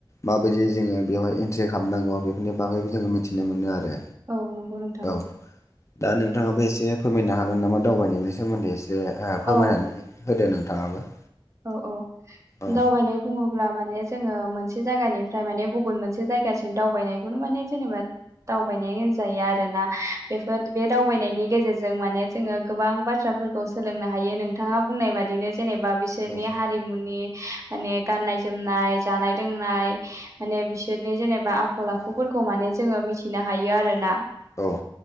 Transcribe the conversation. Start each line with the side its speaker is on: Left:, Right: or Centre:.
Left: माबायदि जोङो बेवहाय एन्ट्रि खालामनांगौ बेफोरनि बागैबो जोङो मिथिनो मोनो आरो।
Right: औ नंगौ नोंथां।
Left: औ दा नोंथाङाबो एसे फोरमायनो हागोन नामा? दावबायनायनि सोमोन्दै एसे
Right: औ
Left: फोरमायनानै होदो नोंथाङाबो
Right: औ औ
Left: औ
Right: दावबायनाय बुङोब्ला माने जोङो मोनसे जायगानिफ्राय माने गुबुन मोनसे जायगासिम दावबायनायखौनो माने जेनेबा दावबायनाय होनजायो आरोना बेफोर बे दावबायनायनि गेजेरजों जों माने जोङो गोबां बाथ्राफोरखौ सोलोंनो हायो नोंथाङा बुंनाय बादिनो जेनेबा बिसोरनि
Left: औ
Right: हारिमुनि माने गाननाय जोमनाय जानाय लोंनाय माने बिसोरनि जेनेबा आखल आखुफोरखौ
Left: औ
Right: माने जोङो मिथिनो हायो आरोना।
Left: औ।